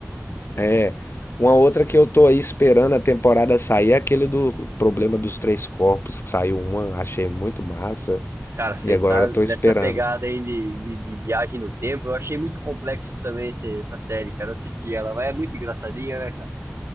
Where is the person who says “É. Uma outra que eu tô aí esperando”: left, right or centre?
Left